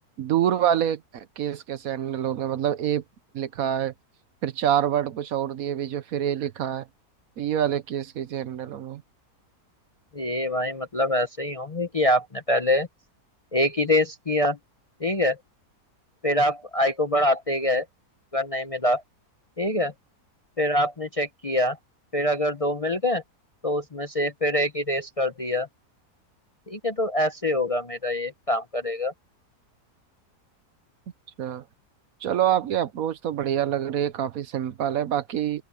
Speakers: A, on the right; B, on the left.
A: दूर वाले केस कैसे हैंडल होंगे मतलब ए लिखा है फिर चार वर्ड कुछ और दिए बीच में फिर ए लिखा है तो ये वाले केस कैसे हैंडल होंगे
B: ये भाई मतलब ऐसे ही होंगे कि आपने पहले एक ही रेस किया ठीक है फिर आप आई को बढ़ाते गए अगर नहीं मिला ठीक है फिर आपने चेक किया फिर अगर दो मिल गए तो उसमें से फिर एक ही रेस कर दिया ठीक है तो ऐसे होगा मेरा ये काम करेगा
A: अच्छा चलो आपकी अप्रोच तो बढ़िया लग रही है काफी सिंपल है बाकी